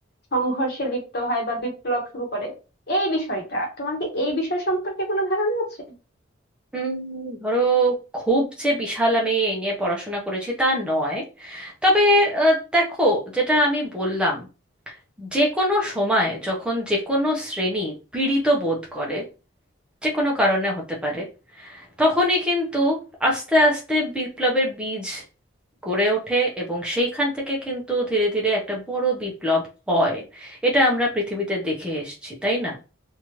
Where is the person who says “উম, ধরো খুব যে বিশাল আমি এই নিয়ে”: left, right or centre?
Centre